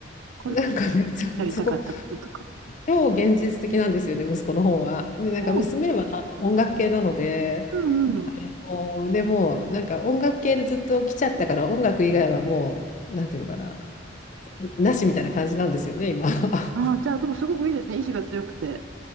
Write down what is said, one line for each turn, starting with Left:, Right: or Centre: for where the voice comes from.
Right: これ、
Left: なんかね、<laughs>
Right: やりたかったこととか。
Left: すごく、超現実的なんですよね、息子の方は。で、なんか娘は音楽系なので、
Right: うん、うん、うん。
Left: もうでも、なんか音楽系でずっと来ちゃったから、音楽以外はもう、なんていうのかな、なしみたいな感じなんですよね、今。<laughs>
Right: ああ、じゃあ、でもすごくいいですね。意志が強くて。